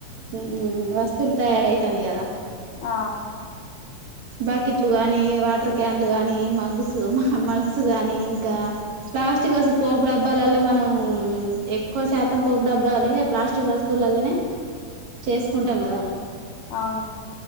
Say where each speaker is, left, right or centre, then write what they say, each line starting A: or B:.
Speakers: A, on the right; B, on the left.
A: ఉ వస్తువులు తయారవుతాయి కదా.
B: ఆ
A: బాకెట్లు గాని, వాటర్ క్యాన్లు గాని మగ్స్ హ మగ్స్ గానీ ఇంకా ప్లాస్టిక్ వస్తు పోపు డబ్బాలలో మనం ఎక్కువ శాతం పోపు డబ్బాలే ప్లాస్టిక్ వస్తువులలనే చేసుకుంటాం కదా
B: అవును అవును